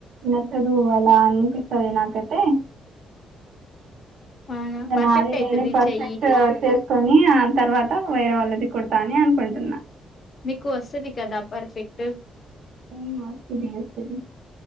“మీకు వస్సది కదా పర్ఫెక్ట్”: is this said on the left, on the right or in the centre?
Left